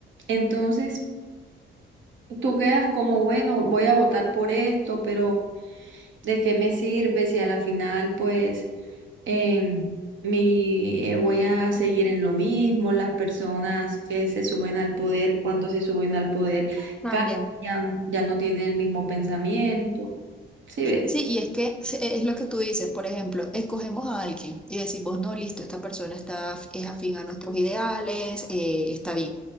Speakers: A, on the right (about 70°); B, in the centre.
A: Entonces, tú quedas como, bueno, voy a votar por esto, pero ¿de qué me sirve si a la final, pues... em, mi, eh, voy a seguir en lo mismo, las personas que se suben al poder, cuando se suben al poder,
B: cambiamos
A: cambian, ya no tienen el mismo pensamiento. ¿Sí ves?
B: Sí, y es que se- e, es lo que tú dices, por ejemplo, escogemos a alguien y decimos, no, listo, esta persona está, af- es afín a nuestros ideales, eh, está bien,